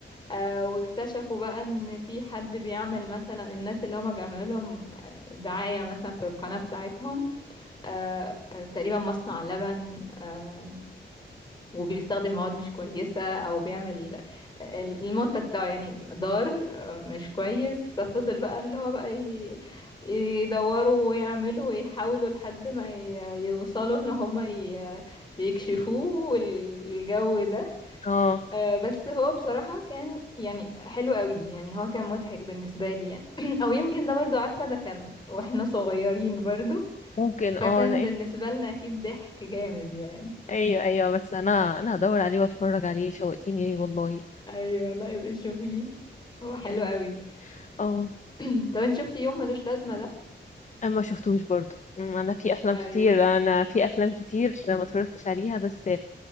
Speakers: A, on the left; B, on the left.
A: آه واكتشفوا بقى ان في حد بيعمل مثلا الناس اللي هما بيعملوا لهم آه، دعاية مثلا في القناة بتاعتهم آه آه، تقريبا مصنع لبن آه، وبيستخدم مواد مش كويسة او بيعمل ال- المنتج بتاعه يعني ضار آه، مش كويس ففضل بقى اللي هو بقى ي- يدوروا ويعملوا ويحاولوا لحد ما ي- يوصلوا ان هما ي- يكشفوه الجو ده
B: اه
A: آه، بس هو بصراحة كان يعني حلو قوي يعني هو كان مضحك بالنسبة لي يعني <clears throat> او يمكن ده برضو عارفة ده كان واحنا صغيرين برضو
B: ممكن اه
A: فكان
B: لان
A: بالنسبة لنا اكيد ضحك جامد يعني
B: ايوه ايوه بس انا انا هدور عليه واتفرج عليه شوقتيني ليه والله
A: ايوه لا يبقى شوفيه هو حلو
B: اه
A: قوي
B: آه،
A: <clears throat> طب انت شفتي يوم ملوش لازمه ده
B: انا ما شفتوش برضو أمم، انا في افلام
A: ايوه
B: كتير انا في افلام كتير ما اتفرجتش عليها بس